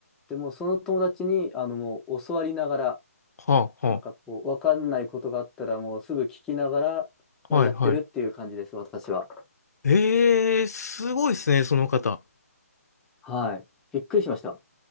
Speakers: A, in the centre; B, on the left.
A: でもうその友達に、あの、もう教わりながら、
B: はあはあ
A: なんかこう、わかんないことがあったら、もうすぐ聞きながら、まあ、
B: はいはい。
A: やってるっていう感じです、私は。
B: えーすごいですね、その方。
A: はい。びっくりしました。